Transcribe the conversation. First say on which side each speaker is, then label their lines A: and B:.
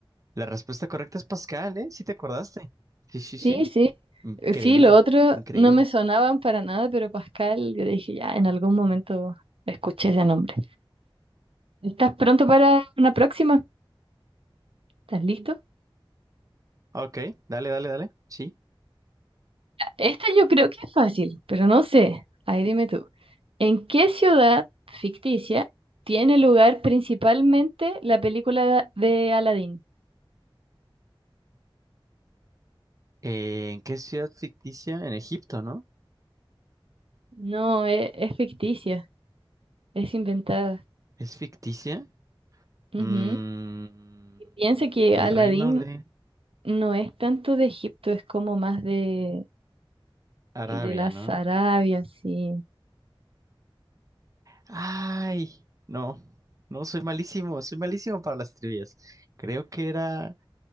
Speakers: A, on the right; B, on the right.
A: La respuesta correcta es Pascal, ¿eh? Sí te acordaste. Sí, sí,
B: Sí,
A: sí.
B: sí.
A: Increíble,
B: Eh, Sí, lo otro
A: increíble.
B: no me sonaban para nada, pero Pascal, yo dije, ya, en algún momento escuché ese nombre. ¿Estás pronto para una próxima? ¿Estás listo?
A: Ok, dale, dale, dale. Sí.
B: Esta yo creo que es fácil, pero no sé. Ahí dime tú. ¿En qué ciudad ficticia tiene lugar principalmente la película de Aladdin?
A: Eh, ¿en qué ciudad ficticia? En Egipto, ¿no?
B: No, e- es, ficticia, es inventada.
A: ¿Es ficticia?
B: Ujú.
A: Mm,
B: Piensa que
A: el
B: Aladdin
A: reino de...
B: No es tanto de Egipto, es como más de,
A: Arabia,
B: de las
A: ¿no?
B: Arabias, sí.
A: Ay, no, no, soy malísimo, soy malísimo para las trivias. Creo que era